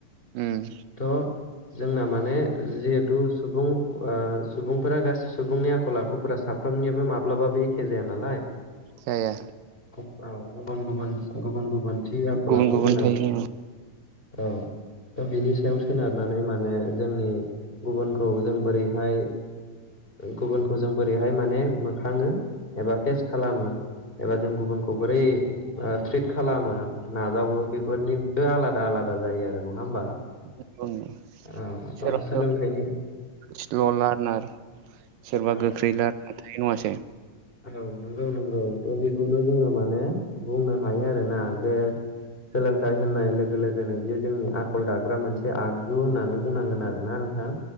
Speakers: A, on the right (about 85°); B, on the left (about 15°).
A: उम
B: थ' जोंना माने जिहेथु सुबुं सुबुंफोरा गासै सुबुंनि आखल आखुफोरा साफ्रोम यो माब्लाबाबो एखे जाया नालाय
A: जाया
B: औ गुबुन गुबुन गुबोनथि आखल
A: गुबुन
B: आखु
A: गुबुन
B: गोनां
A: थायो औ
B: औ थ' बिनि सायाव सोनारनानै माने जोंनि गुबुनखौ जों बोरैहाय गुबुनखौ जों बोरैहाय माने मोखाङो एबा फेस खालामो। एबा जों गुबुनखौ बोरै ट्रिट खालामो नाजावो बेफोरनिबो आलादा आलादा जायो आरो नङा होमबा?
A: <unintelligible>
B: औ
A: सोरबा
B: आ सोलोंथाइनि
A: स्ल' लार्नार सोरबा
B: औ
A: गोख्रै
B: औ
A: लारा थाइ नङाासो
B: औ नोंगौ नोंगौ थ बेबायदि
A: औ
B: जोङो माने बुंनो हायो। आरो ना बे सोलोंथाइ होननाय लोगो लोगोनो बियो जोंनि आखल दाग्रा मोनसे आ- जु होननानै बुंनांगोन आरोना नोंथां।